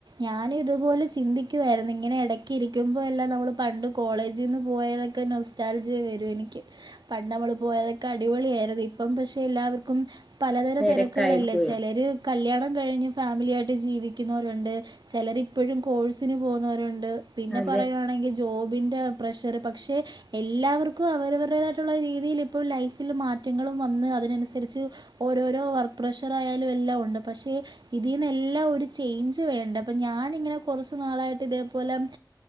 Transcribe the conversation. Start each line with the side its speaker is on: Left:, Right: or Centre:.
Right: ഞാനും ഇതുപോലെ ചിന്തിക്കുവായിരുന്നു ഇങ്ങനെ ഇടക്ക ഇരിക്കുമ്പോ എല്ലാം നമ്മള് പണ്ട് കോളേജിൽ നിന്ന് പോയതൊക്കെ ഒക്കെ നോസ്റ്റാൽജ് വരും എനിക്ക് പ ണ്ട്നമ്മള് പോയതൊക്കെ അടിപൊളി ആയിര്ന് ഇപ്പം പക്ഷെ എല്ലാവർക്കും പലതരം
Centre: തിരക്കായി
Right: തിരക്കുകളല്ലേ
Centre: പോയി
Right: ചിലര് കല്യാണം കഴിഞ്ഞ് ഫാമിലി ആയിട്ട് ജീവിക്ക ുന്നവരുണ്ട് ചിലർ ഇപ്പോഴും കോഴ്സിന് പോകുന്നവരുണ്ട് പിന്നെ
Centre: അതെ
Right: പറയ ജോബിൻ്റെ പ്രഷർ പക്ഷെ എല്ലാവർക്കും അവരവരുടേതായിട്ടുള്ള രീതി ല് ഇപ്പോൾ ലൈഫിൽ മാറ്റങ്ങളും വന്ന് അതിനനുസരിച്ച് ഓരോരോ വർക്ക് പ്രഷർ ആയാലും എല്ലാം ഉണ്ട് പക്ഷേ ഇതിൽന്ന് എല്ലാം ഒരു ചേഞ്ച് വേണ്ട അപ്പോ ഞാനിങ്ങനെ കുറച്ചു നാളായിട്ട് ഇതേപോലെ